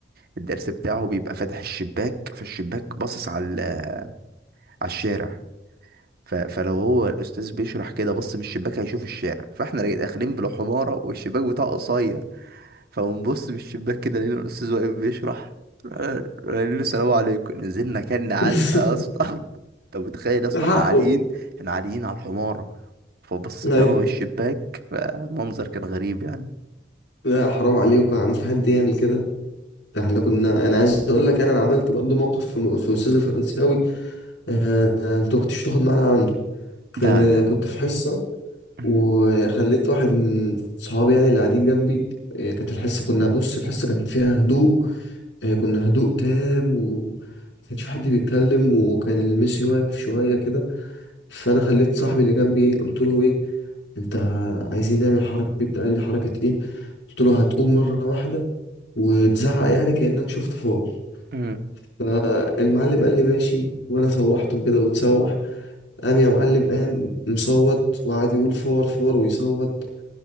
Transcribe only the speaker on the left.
<laughs>
ده حقه
ايوه
لا حرام عليكم يا عم في حد يعمل كده ده احنا كنا انا عايز اقول لك انا أنا عملت برضه موقف في م- في استاذ الفرنساوي آه، انت كنتش تاخد معانا عنده
كان
كنت في حصه
وخليت واحد من صحابي يعني اللي قاعدين جنبي آه، كانت الحصه كنا بص الحصه كان فيها هدوء آه، كنا هدوء تام وما كانش في حد بيتكلم وكان الميسي واقف شوية كده فأنا خليت صاحبي اللي جنبي إيه، قلت له إيه أنت عايزين نعمل حركة كده قال لي حركة إيه قلت له هتقوم مرة واحدة وتزعق يعني كأنك شفت فار
فالمعلم قال لي ماشي وأنا سوحته كده وتسوح قام يا معلم قام مصوت وقعد يقول فار فار ويصوت